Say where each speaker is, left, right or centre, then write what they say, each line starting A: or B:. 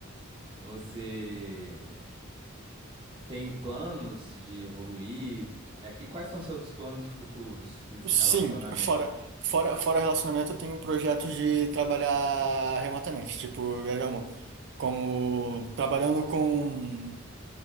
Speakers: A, on the right; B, on the right.
A: você tem planos de evoluir? É que quais são seus planos futuros nesse
B: Sim,
A: relacionamento?
B: fora, fora, fora relacionamento, eu tenho projetos de trabalhar remotamente, tipo, viajar o mundo. Como trabalhando com